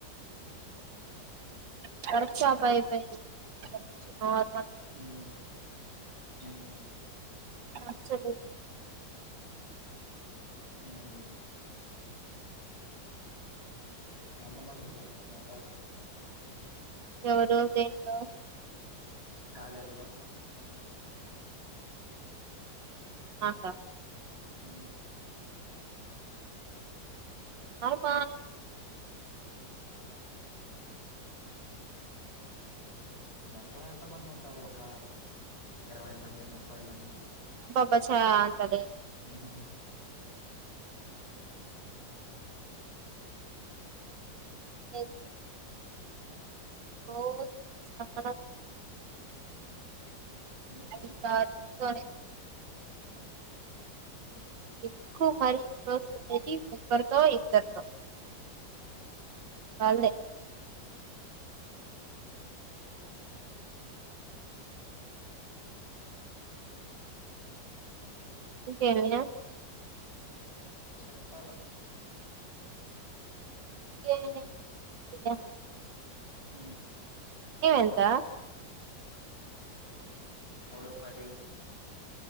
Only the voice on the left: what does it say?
మ్మ్ మ్మ్
హ్మ్ ఎంత మంది ఫ్రెండ్స్ నీకు
కాలేజ్ లో
హ్మ్
మొత్తం ఎంత మంది ఉంటారు ఒక ఇరవై మంది ముప్పై మంది
ఊ హు హు హ్మ్
ఊహు ఉమ్
చెప్పాల
అ
ముడు పది